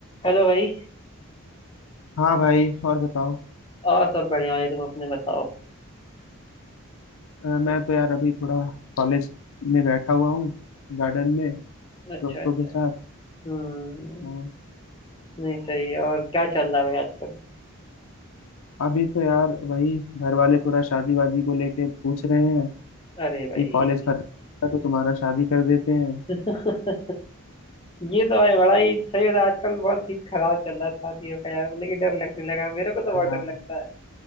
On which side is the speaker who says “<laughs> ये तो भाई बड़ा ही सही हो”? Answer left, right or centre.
Left